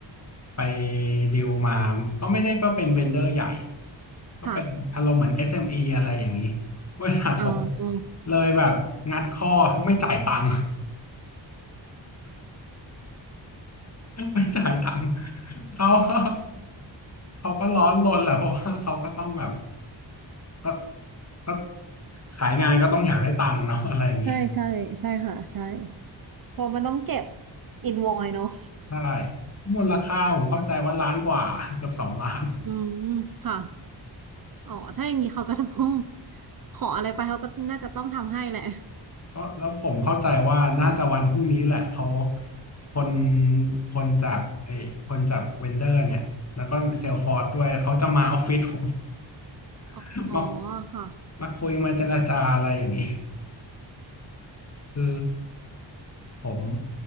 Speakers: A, on the left; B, on the right.
A: ไปดีลมาก็ไม่ได้ว่าเป็นเวนเดอร์ใหญ่ก็เป็นอารมณ์เหมือน
B: ค่ะ
A: SME อสเอ็มอีอะไรอย่างนี้บริษัทผม
B: เออ
A: เลยแบบงัดข้อไม่จ่ายตังค์ <laughs> ไม่จ่ายตังค์เขาก็เขาก็ร้อนรนแหละเพราะว่าเขาก็ต้องแบบก็ ก็ขายงานก็ต้องอยากได้ตังค์เนาะ <laughs> อะไรอย่างนี้
B: ใช่ใช่ใช่ค่ะใช่เพราะมันต้องเก็บอินวอยเนาะ
A: ใช่มูลค่าผมเข้าใจว่าล้านกว่า <laughs> เกือบสองล้าน
B: อืมค่ะอ๋อถ้าอย่างนี้เขาก็จะต้องขออะไรไปเขาก็น่าจะต้องทำให้แหละ
A: เพราะแล้วผมเข้าใจว่าน่าจะวันพรุ่งนี้แหละเขาคนคนจากเอ้ยคนจากเวนเดอร์เนี่ยแล้วก็เซลฟอร์ดด้วยเขาจะมาออฟฟิศผม
B: อ๋ออ๋อ
A: <laughs> มา
B: ค่ะ
A: มาคุยมาเจรจาอะไรอย่างนี้คือผม